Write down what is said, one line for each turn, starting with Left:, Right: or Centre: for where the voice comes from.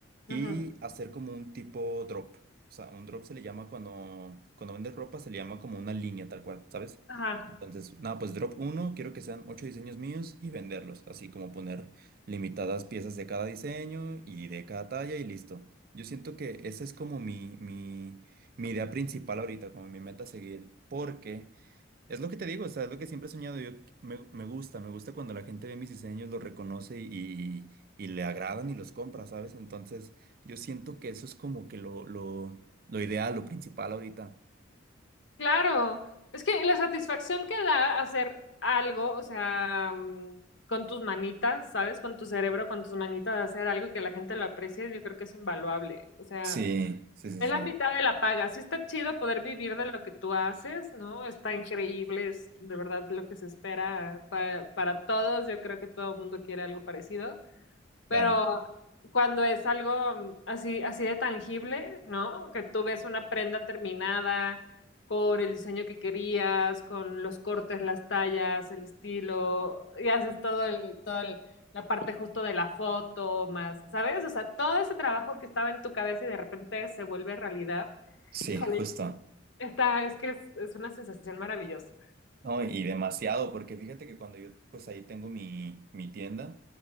Left: Ujú.
Right: y hacer como un tipo drop. O sea, un drop se le llama cuando, cuando vendes ropa, se le llama como una línea tal cual, ¿sabes?
Left: Ajá,
Right: Entonces, nada, pues drop uno, quiero que sean ocho diseños míos y venderlos, así como poner limitadas piezas de cada diseño y de cada talla y listo. Yo siento que esa es como mi, mi, mi idea principal ahorita, como mi meta a seguir, porque... Es lo que te digo, o sea, es lo que siempre he soñado. Yo me, me gusta, me gusta cuando la gente ve mis diseños, los reconoce y, y le agradan y los compra, ¿sabes? Entonces, yo siento que eso es como que lo, lo, lo ideal, lo principal ahorita.
Left: claro. Es que la satisfacción que da hacer algo, o sea, mm, con tus manitas, ¿sabes? Con tu cerebro, con tus manitas, hacer algo que la gente lo aprecie, yo creo que es invaluable. O sea,
Right: Sí, sí, sí,
Left: es
Right: sí,
Left: la mitad de la paga. Sí está chido poder vivir de lo que tú haces, ¿no? Está increíble, es de verdad lo que se espera para, para todos. Yo creo que todo el mundo quiere algo parecido.
Right: claro.
Left: Pero cuando es algo mm, así, así de tangible, ¿no? Que tú ves una prenda terminada con el diseño que querías, con los cortes, las tallas, el estilo, y haces todo el, todo el- la parte justo de la foto, más, ¿sabes? O sea, todo ese trabajo que estaba en tu cabeza y de repente se vuelve realidad.
Right: Sí,
Left: Híjole,
Right: justo.
Left: esta es que es, es una sensación maravillosa,
Right: No, y demasiado, porque fíjate que cuando yo, pues ahí tengo mi, mi tienda